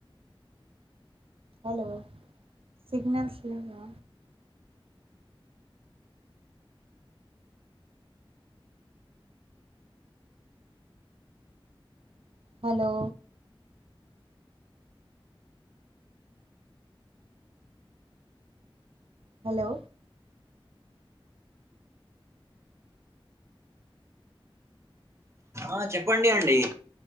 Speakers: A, on the right (about 80°); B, on the right (about 30°).
A: హలో సిగ్నల్స్ లెవ్వ హలో హలో
B: ఆ చెప్పండి అండి